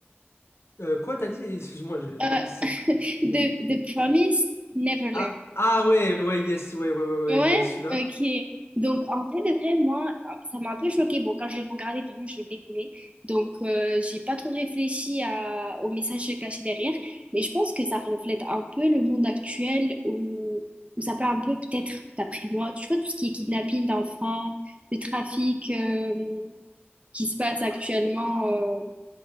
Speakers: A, on the left; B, on the right.
A: Euh, quoi t'as dit? Excuse-moi, j'ai-
B: Euh,
A: c'est
B: The, The Promised Neverland.
A: Ah, ah ouais, ouais, yes, ouais, ouais, ouais, ouais,
B: Ouais,
A: ouais, celui-là.
B: ok. Donc, en vrai de vrai, moi, ça m'a un peu choquée. Bon, quand je l'ai regardé, vraiment, je l'ai dégommé. Donc, euh, j'ai pas trop réfléchi à, au message caché derrière. Mais je pense que ça reflète un peu le monde actuel où, où ça parle un peu, peut-être, d'après moi, tu vois, tout ce qui est kidnapping d'enfants, le trafic euh, qui se passe actuellement
A: Ah,
B: euh,